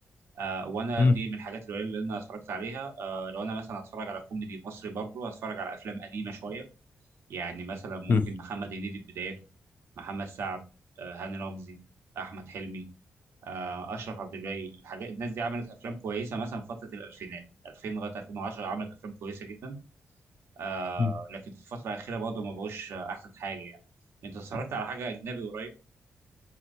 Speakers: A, on the right; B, on the left.
A: آه وانا
B: م-
A: دي من الحاجات القليله اللي انا اتفرجت عليها آه لو انا مثلا هتفرج على كوميدي مصري برضه هتفرج على افلام قديمه شويه يعني مثلا ممكن
B: م-
A: محمد هنيدي في بداياته محمد سعد آه، هاني رمزي احمد حلمي آه، اشرف عبد الباقي الحاجات الناس دي عملت افلام كويسه مثلا في فتره الالفينات 2000 لغايه 2010 عملت افلام كويسه جدا آه،
B: م.
A: لكن في الفتره الاخيره برضه ما بقوش آه، احسن حاجه يعني انت اتفرجت على حاجه اجنبي قريب